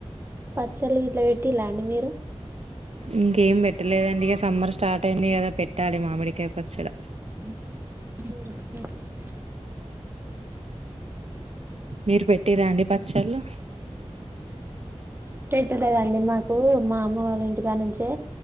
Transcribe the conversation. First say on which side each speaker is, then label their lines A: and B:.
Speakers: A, on the right; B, on the right.
A: పచ్చళ్ళు ఇట్ల వెట్టిల్ల అండి మీరు
B: ఇంకేం బెట్టలేదండి ఇగ సమ్మర్ స్టార్ట్ అయింది గదా, పెట్టాలి మామిడికాయ్ పచ్చడ.
A: <unintelligible>
B: మీరు పెట్టిర్రా అండి పచ్చళ్ళు
A: పెట్టలేదండి మాకూ, మా అమ్మ వాళ్ళింటికా నుంచే